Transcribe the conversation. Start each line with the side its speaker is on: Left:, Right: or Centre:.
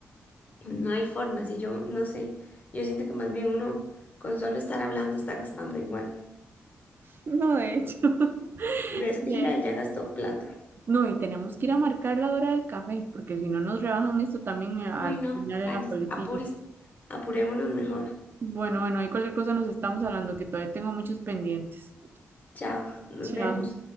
Left: No hay forma, si yo no sé, yo siento que más bien uno con solo estar hablando está gastando igual.
Right: No, de hecho. <laughs>
Left: Respira
Right: De-
Left: y ya gastó plata.
Right: No, y tenemos que ir a marcar la hora del café, porque si no nos rebajan esto también a-
Left: Ay,
Right: al
Left: no,
Right: final en
Left: Cáñez,
Right: la coletilla.
Left: apures, apurémonos mejor.
Right: Bueno, bueno, ahí cualquier cosa nos estamos hablando, que todavía tengo muchos pendientes.
Left: Chao, nos
Right: Chao.
Left: vemos.